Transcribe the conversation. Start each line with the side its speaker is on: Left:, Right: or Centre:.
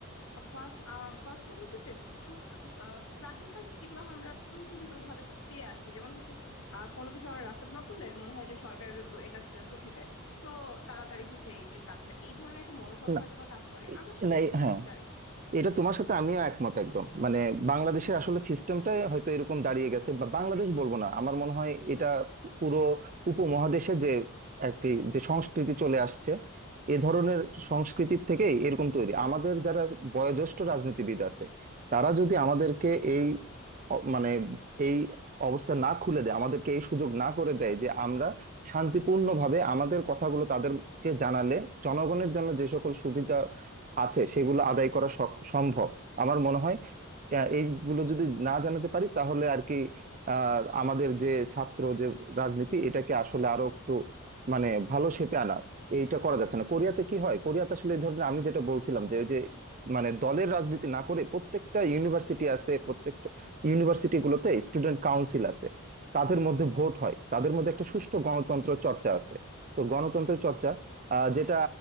Left: ফার্স্ট ফার্স্ট কথা হচ্ছে যে পুরো সব, আহ, প্রাচীনকাল থেকে যেগুলো আমরা প্রচলিত ভাবে পেয়ে আসছি যেমন হচ্ছে আহ কোনো কিছু আমরা রাস্তা ব্লক করলে মনে হয় যে সরকার এটা চো- চোখে যায় তো তাড়াতাড়ি হচ্ছে এই এই কাজ হয় এই ধরনের একটা মনোভাব
Right: না
Left: হয়তো বা কাজ করে
Right: এ-
Left: আমি আসলে
Right: না, এ-
Left: গভীরভাবে
Right: হ্যাঁ
Left: জানি না
Right: এটা তোমার সাথে আমিও একমত একদম মানে বাংলাদেশের আসলে সিস্টেমটাই হয়তো এরকম দাঁড়িয়ে গেছে বা বাংলাদেশ বলবো না আমার মনে হয় এটা পুরো উপমহাদেশে যে আর কি যে সংস্কৃতি চলে আসছে এ ধরনের সংস্কৃতির থেকেই এরকম তৈরি আমাদের যারা বয়োজ্যেষ্ঠ রাজনীতিবিদ আছে তারা যদি আমাদেরকে এই অ- মানে এই অবস্থা না খুলে দেয় আমাদেরকে এই সুযোগ না করে দেয় যে আমরা শান্তিপূর্ণভাবে আমাদের কথাগুলো তাদেরকে জানালে জনগণের জন্য যে সকল সুবিধা আছে সেগুলো আদায় করা সক- সম্ভব আমার মনে হয় আহ, এইগুলো যদি না জানাতে পারি তাহলে আর কি আহ, আমাদের যে ছাত্র যে রাজনীতি এটাকে আসলে আরো একটু মানে ভালো শেপে আনা এইটা করা যাচ্ছে না কোরিয়াতে কি হয় কোরিয়াতে আসলে এই ধরনের আমি যেটা বলছিলাম যে ওই যে মানে দলের রাজনীতি না করে প্রত্যেকটা ইউনিভার্সিটি আছে প্রত্যেকটা ইউনিভার্সিটি গুলোতে স্টুডেন্ট কাউন্সিল আছে তাদের মধ্যে ভোট হয় তাদের মধ্যে একটা সুষ্ঠু গণতন্ত্র চর্চা আছে তো গণতন্ত্র চর্চা আহ, যেটা